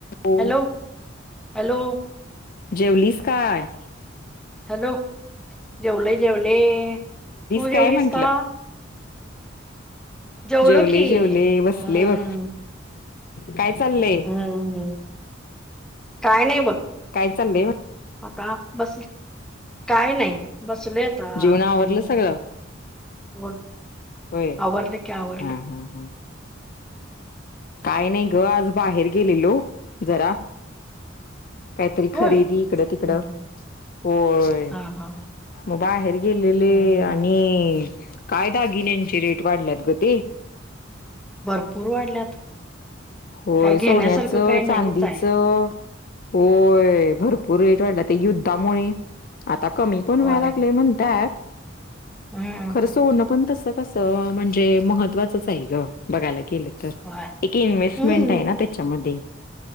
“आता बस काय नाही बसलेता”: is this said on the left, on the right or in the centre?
Centre